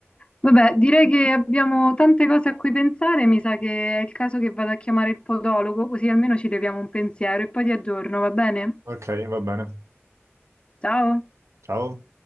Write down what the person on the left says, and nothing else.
Vabbè, direi che abbiamo tante cose a cui pensare, mi sa che è il caso che vado a chiamare il podologo, così almeno ci leviamo un pensiero e poi ti aggiorno, va bene?
Ciao.